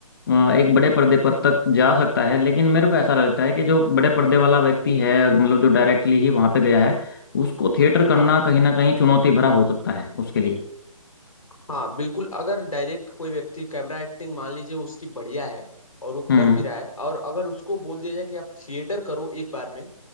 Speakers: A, on the left; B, on the left.
A: अ, एक बड़े पर्दे पर तक जा सकता है लेकिन मेरे को ऐसा लगता है कि जो बड़े पर्दे वाला व्यक्ति है मतलब जो डायरेक्टली ही वहां पे गया है उसको थिएटर करना
B: हाँ
A: कहीं ना कहीं चुनौती भरा हो सकता है उसके लिए
B: हाँ बिल्कुल अगर डायरेक्ट कोई व्यक्ति कैमरा एक्टिंग मान लीजिए उसकी बढ़िया है और वो
A: हम्म
B: कर भी रहा है और अगर उसको बोल दिया जाए कि आप थिएटर करो एक बार में